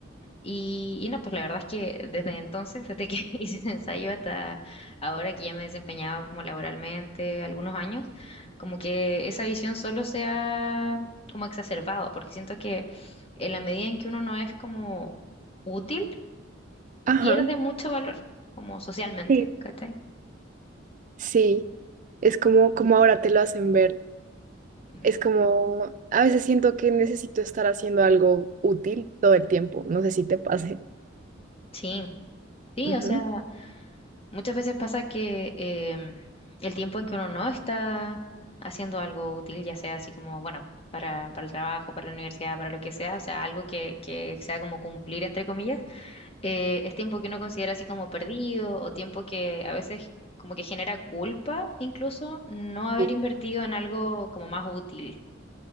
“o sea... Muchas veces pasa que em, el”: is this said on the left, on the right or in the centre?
Left